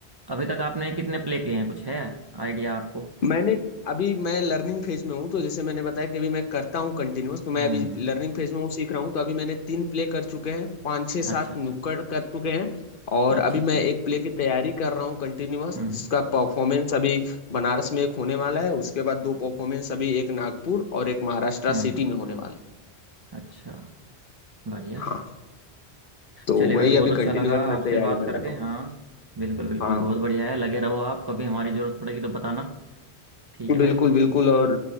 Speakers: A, on the right; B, on the left.
A: अभी तक आपने कितने प्ले किए हैं कुछ है आइडिया आपको
B: मैंने अभी मैं लर्निंग फेज में हूँ तो जैसे मैंने बताया कि अभी मैं करता हूँ कंटिन्यूअस तो
A: हम्म
B: मैं अभी लर्निंग फेज में हूँ सीख रहा हूँ तो अभी मैंने तीन प्ले कर चुके हैं पाँच छः
A: अच्छा
B: सात
A: अच्छा
B: नुक्कड़ कर चुके हैं और
A: अच्छा
B: अभी
A: अच्छा
B: मैं एक प्ले की तैयारी कर रहा हूँ कंटिन्यूअस
A: हम्म
B: जिसका परफॉर्मेंस अभी बनारस में एक होने वाला है उसके बाद दो परफॉर्मेंस अभी एक नागपुर और एक महाराष्ट्र
A: हम्म
B: सिटी
A: हम्म,
B: में होने वाला है
A: अच्छा बढ़िया
B: हाँ तो
A: चलिए
B: वही
A: भाई बहुत
B: अभी
A: अच्छा
B: कंटिन्यूअस
A: लगा
B: मैं
A: आपसे
B: तैयारी
A: बात
B: में
A: करके
B: लगा हूँ
A: हाँ बिल्कुल बिल्कुल
B: हाँ
A: बहुत बढ़िया है लगे रहो आप कभी हमारी ज़रूरत पड़ेगी तो बताना ठीक है
B: बिल्कुल
A: भाई
B: बिल्कुल और